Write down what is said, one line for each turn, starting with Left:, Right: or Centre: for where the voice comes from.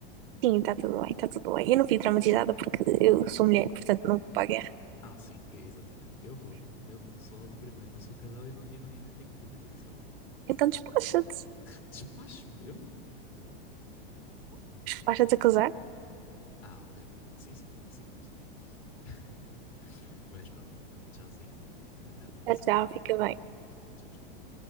Right: Sim, está tudo bem, está tudo bem. Eu não fui traumatizada porque eu sou mulher, portanto não vou para a guerra.
Left: Ah, sim, e- exatamente. Eu vou, eu vou. Sou logo o primeiro. Não sou casado e, não, e, não- e nem tenho filhos, por isso é logo.
Right: Então despacha-te.
Left: <laughs> Despache-me, eu não. Foi.
Right: Despacha-te a casar.
Left: Ah, ok, ok. Sim, sim, sim, gosto. <laughs> Mas pronto, vá. Tchauzinho, Beatriz. Até à próxima.
Right: Tchau, tchau, fica bem. Tchau.
Left: Tá bom, tchau, tchau.